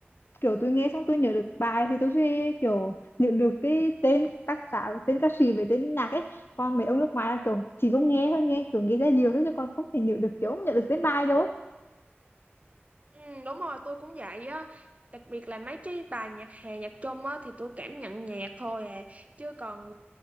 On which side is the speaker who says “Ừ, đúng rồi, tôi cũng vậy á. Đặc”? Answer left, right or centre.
Right